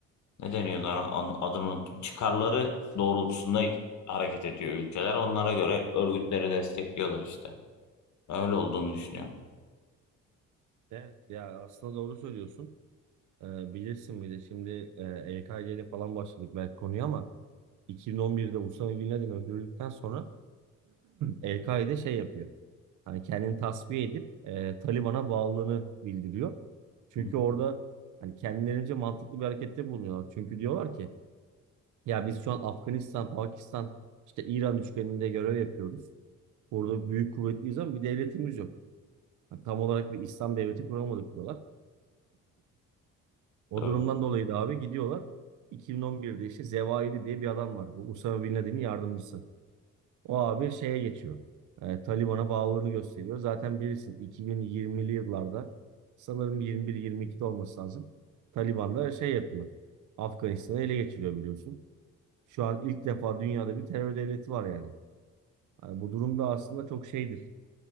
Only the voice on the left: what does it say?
ne deniyordu ana- an- adını unuttum. Çıkarları doğrultusunda hareket ediyor ülkeler. Onlara göre örgütleri destekliyorlar işte. Öyle olduğunu düşünüyorum.
Hı,
tabii.